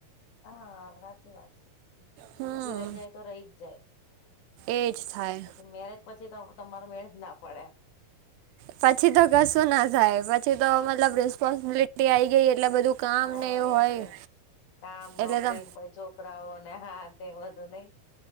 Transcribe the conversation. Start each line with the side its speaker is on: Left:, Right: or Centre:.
Left: હા, હાચી વાત છે.
Right: હમ
Left: પછી રહી જાય તો રહી જ જાય.
Right: એજ થાય
Left: પછી મેરેજ પછી તો તમારો મેળ જ ના પડે.
Right: પછી તો કશું ના થાય. પછી તો મતલબ રિસ્પોન્સિબિલિટી આઈ ગઈ એટલે બધું કામ
Left: હા
Right: ને એવું
Left: એજ
Right: હોય
Left: ને કામ, નોકરી
Right: એટલે તો
Left: ને પઈ છોકરાઓ ને હા. તે બધું નહીં?